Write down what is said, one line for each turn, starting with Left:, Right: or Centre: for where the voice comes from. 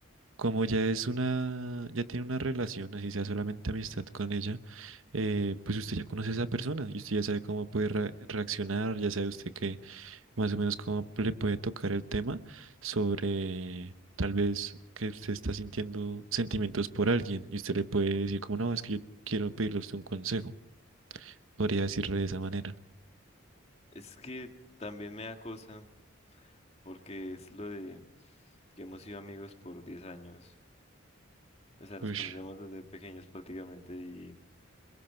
Right: como ya es una, ya tiene una relación, así sea solamente amistad con ella, eh, pues usted ya conoce a esa persona y usted ya sabe cómo puede re- reaccionar, ya sabe usted que más o menos cómo le puede tocar el tema sobre tal vez que usted está sintiendo sentimientos por alguien y usted le puede decir como, no, es que yo quiero pedirle a usted un consejo. Podría decirle de esa manera.
Left: Es que también me da cosa porque es lo de que hemos sido amigos por 10 años. O sea, nos
Right: Ush.
Left: conocemos desde pequeños prácticamente y,